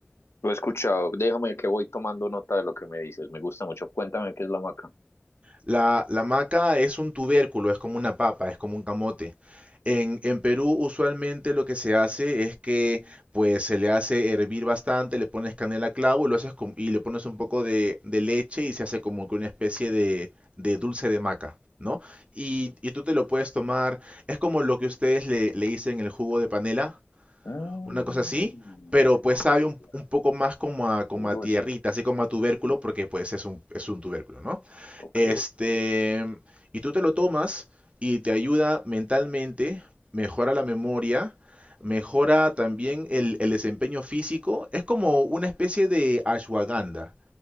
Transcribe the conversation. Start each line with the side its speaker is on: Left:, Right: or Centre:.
Left: Lo he escuchado. Déjame que voy tomando nota de lo que me dices. Me gusta mucho. Cuéntame qué es la maca.
Right: La, la maca es un tubérculo, es como una papa, es como un camote. En, en Perú usualmente lo que se hace es que pues se le hace hervir bastante, le pones canela a clavo y, lo haces com- y le pones un poco de, de leche y se hace como que una especie de, de dulce de maca, ¿no? Y, y tú te lo puedes tomar, es como lo que ustedes le, le dicen el jugo de panela,
Left: Mm,
Right: una cosa así, pero pues
Left: vaya,
Right: sabe un, un poco más como a, como
Left: es dulce.
Right: a tierrita, así como a tubérculo,
Left: Mm,
Right: porque pues es un, es un tubérculo, ¿no?
Left: Ok,
Right: Este, y tú te lo tomas y te ayuda mentalmente, mejora la memoria, mejora también el, el desempeño físico, es como una especie de ashwagandha.